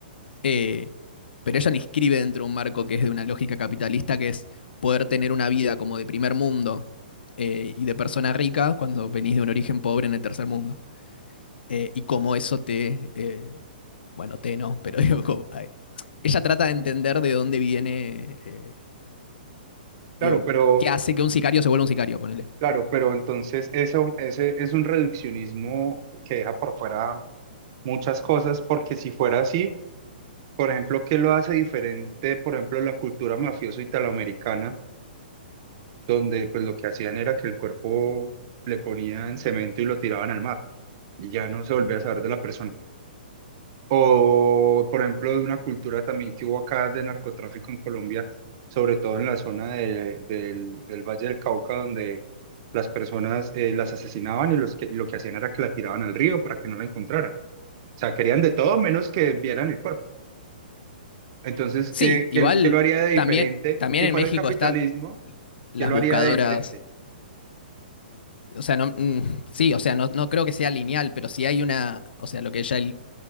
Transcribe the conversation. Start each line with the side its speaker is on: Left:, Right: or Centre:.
Left: Eh, pero ella la inscribe dentro de un marco que es de una lógica capitalista, que es poder tener una vida como de primer mundo eh, y de persona rica cuando venís de un origen pobre en el tercer mundo. Eh, y cómo eso te, eh, bueno, te no, pero <laughs> digo, como, ay, ella trata de entender de dónde viene, eh,
Right: claro,
Left: digo,
Right: pero...
Left: qué hace que un sicario se vuelva un sicario, ponele.
Right: Claro, pero entonces eso, ese es un reduccionismo que deja por fuera muchas cosas, porque si fuera así, por ejemplo, ¿qué lo hace diferente, por ejemplo, la cultura mafioso italoamericana, donde pues lo que hacían era que el cuerpo le ponían cemento y lo tiraban al mar, y ya no se volvía a saber de la persona? O, por ejemplo, de una cultura también que hubo acá de narcotráfico en Colombia, sobre todo en la zona de- del, del Valle del Cauca, donde las personas eh, las asesinaban y los que, lo que hacían era que la tiraban al río para que no la encontraran. O sea, querían de todo menos que vieran el cuerpo. Entonces,
Left: Sí,
Right: ¿qué, qué,
Left: igual
Right: lo- qué lo haría de diferente?
Left: también, también
Right: Si
Left: en
Right: fuera
Left: México
Right: el capitalismo,
Left: está las
Right: ¿qué lo
Left: buscadoras
Right: haría de diferente?
Left: O sea, no, mm, sí, o sea, no, no creo que sea lineal, pero sí hay una, o sea, lo que ella el-